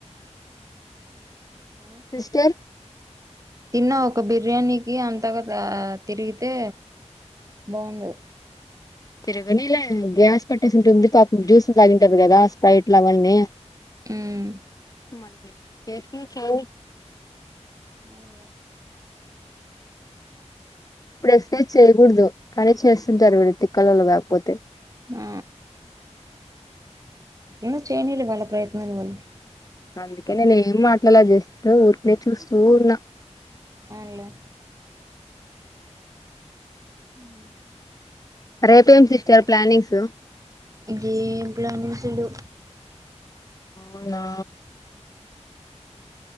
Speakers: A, on the right; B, on the left.
A: ఆ
B: సిస్టర్
A: తిన్న ఒక బిర్యానీకి అంతగా దా తిరిగితే బావుండదు
B: తిరగనీలే గ్యాస్ పట్టేసి ఉంటుంది పాపం జ్యూసులు తాగింటారు కదా స్ప్రైట్లు అవన్నీ
A: హ్మ్
B: మళ్ళీ చేసుకున్న <inaudible>
A: అవునులే
B: ప్పుడు ఎస్సే చేయగూడదు కానీ చేస్తుంటారు మీరు తిక్కలోళ్ళు కాకపోతే
A: ఆ ఏ చేనీలే వాళ్ళ ప్రయత్నలు వాళ్ళు
B: అందుకే నేను ఏం మాట్లాడలే జస్ట్ ఊరికెనే చూస్తూ ఉన్నా
A: అవునులే ఊ
B: రేపేం సిస్టర్ ప్లానింగ్సు
A: ఇంకేం ప్లానింగ్స్ లే
B: అవునా